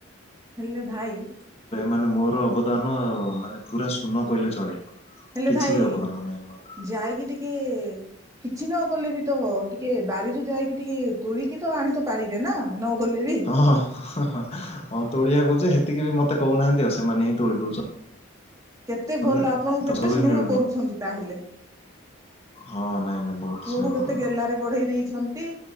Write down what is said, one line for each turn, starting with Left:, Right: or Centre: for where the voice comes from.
Right: ହେଲେ ଭାଇ।
Left: ମାନେ ମୋର ଅବଦାନ ମାନେ ପୁରା ଶୂନ କହିଲେ ଚଳେ।
Right: ହେଲେ
Left: କିଛି
Right: ଭାଇ
Left: ବି ଅବଦାନ ନାହିଁ ମୋର।
Right: ଯାଇକି ଟିକେ। କିଛି ନ କଲେ ବି ତ ଟିକେ ବାରିରୁ ଯାଇକି ଟିକେ ତୋଳିକି ତ ଆଣି ତ ପାରିବେ ନା। ନ ଗଲେ ବି
Left: ହଁ -ହଁ -ହେଁ -ହଁ -ହଁ ତୋଳିିବାକୁ ଯେ ହେତିକି ବି ମତେ କହୁ ନାହାନ୍ତି ଆଉ ସେମାନେ ହିଁ ତୋଳି ଦଉଛନ୍ତି।
Right: କେତେ ଭଲ
Left: ଆଉ।
Right: ଆପଣଙ୍କୁ କେତେ
Left: ତୋ ବି
Right: ସ୍ନେହ
Left: ମିଳୁନି
Right: କରୁଛନ୍ତି ତାହେଲେ।
Left: ହଁ ନାଇଁ ନାଇଁ ବହୁତ
Right: ପୁଅକୁ
Left: ସ୍ନେହ
Right: କେତେ
Left: କରନ୍ତି
Right: ଗେଲାରେ ବଢେଇ ଦେଇଛନ୍ତି।